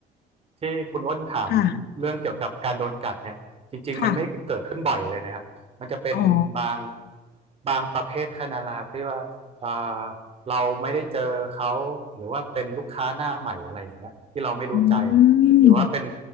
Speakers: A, on the right (about 35°); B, on the left (about 75°).
A: ที่คุณอ้นถามเรื่องเกี่ยวกับการโดนกัดเนี่ยจริงๆมันไม่ได้เกิดขึ้นบ่อยเลยนะครับมันจะเป็นบาง
B: ค่ะค่ะอ๋อ
A: บางประเภทแค่นั้นแหละครับที่ว่าเอ่อเราไม่ได้เจอเขาหรือว่าเป็นลูกค้าหน้าใหม่อะไรอย่างเงี้ยที่เราไม่รู้ใจ
B: อื
A: หรือว่าเป็น
B: ม